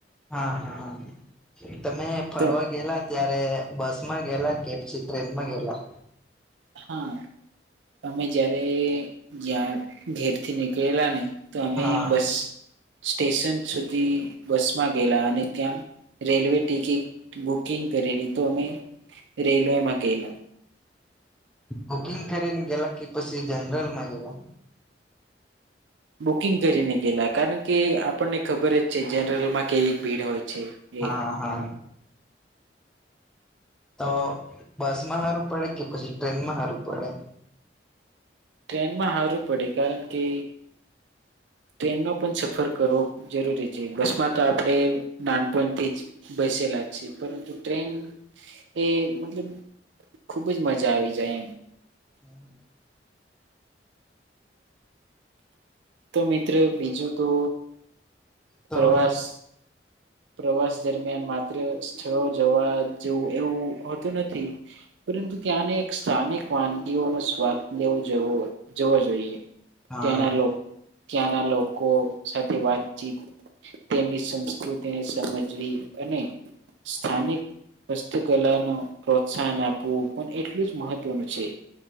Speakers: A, in the centre; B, on the right (about 80°).
A: હા હા તમે ફરવા
B: તો
A: ગેલા ત્યારે બસ માં ગેલા કે પછી ટ્રેનમાં ગેલા
B: હા તમે જયારે જ્યાં ઘેર થી નીકળેલા ને તો અમે
A: હા
B: બસ સ્ટેશન સુધી બસ માં ગયેલા અને ત્યાં રેલવે ટિકિટ બુકિંગ કરેલી તો અમે રેલવેમાં ગલા
A: બુકિંગ કરીને ગેલા કે પછી જનરલમાં ગેલા
B: બુકિંગ કરીને ગયલા કારણ કે આપણને ખબર જ છે જનરલ માં કેવી ભીડ હોય છે એક
A: હા હા તો બસમાં હારું પડે કે પછી ટ્રેનમાં હારું પડે
B: એ હારું પડે કારણ કે ટ્રેનનો પણ સફર કરવો જરૂરી છે બસમાં તો આપણે નાનપણથી જ બસેલા છે પરંતુ ટ્રેન એ મતલબ ખુબજ મજા આવી જાય એમ
A: હમ હમ
B: તો મિત્ર બીજું તો
A: તો
B: પ્રવાસ પ્રવાસ દરમિયાન માત્ર સ્થળો જવા જેવું એવું હોતું નથી પરંતુ ત્યાંને સ્થાનિક વાનગીઓનો સ્વાદ લેવોવો જવો જોઈએ
A: હા
B: ત્યાંના ત્યાંના લોકો સાથે વાતચીત તેમની સંસ્કૃતિને સમજવી અને સ્થાનિક હસ્તકલાનું પ્રોત્સાહન આપવું પણ એટલું જ મહત્વનું છે